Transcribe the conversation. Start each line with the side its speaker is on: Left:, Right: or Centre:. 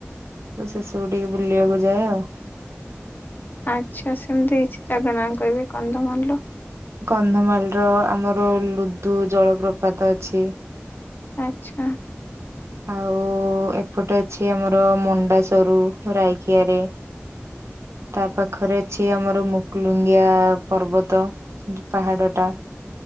Right: ସେସବୁ ଟିକେ ବୁଲିବାକୁ ଯାଏ ଆଉ।
Left: ଆଚ୍ଛା ସେମିତି କିଛି ଯାଗା ନାଁ କହିବି କନ୍ଧମାଳର,
Right: କନ୍ଧମାଲ ର ଆମର ଲୁଦୁ ଜଳପ୍ରପାତ ଅଛି।
Left: ଆଚ୍ଛା।
Right: ଆଉ ଉ ଏପଟେ ଅଛି ଆମର ମଣ୍ଡାସୋରୁ ରାଇକିଆ ରେ। ତା ପାଖରେ ଅଛି ଆମର ମୁକୁଲୁଙ୍ଗିଆ ପର୍ବତ। ହୁଁ ପାହାଡ ଟା।